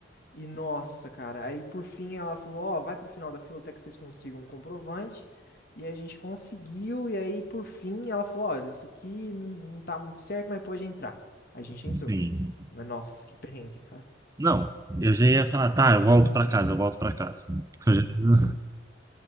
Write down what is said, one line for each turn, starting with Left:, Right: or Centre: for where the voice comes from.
Left: E nossa, cara, aí por fim ela falou, ó, vai pro final da fila até que vocês consigam um comprovante. E aí a gente conseguiu, e aí por fim ela falou, olha, isso aqui não, não tá muito certo, mas pode entrar. A gente entrou.
Right: Sim.
Left: Mas nossa, que perrengue, cara.
Right: Não, eu já ia falar, tá, eu volto pra casa, eu volto pra casa. Eu já-